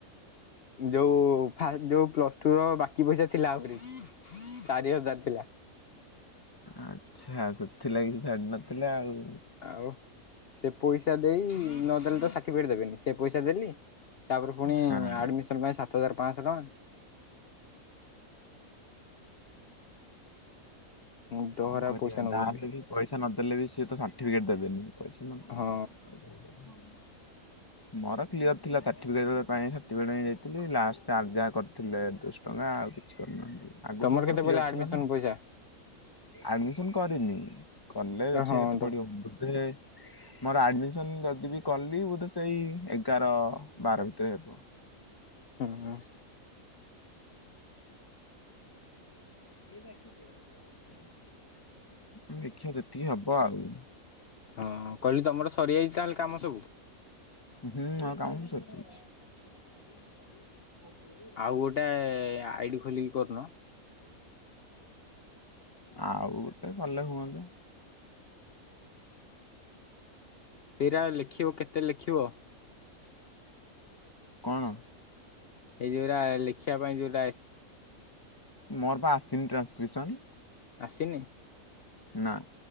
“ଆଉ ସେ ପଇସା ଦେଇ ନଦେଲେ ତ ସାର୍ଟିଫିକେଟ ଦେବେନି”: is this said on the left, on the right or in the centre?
Left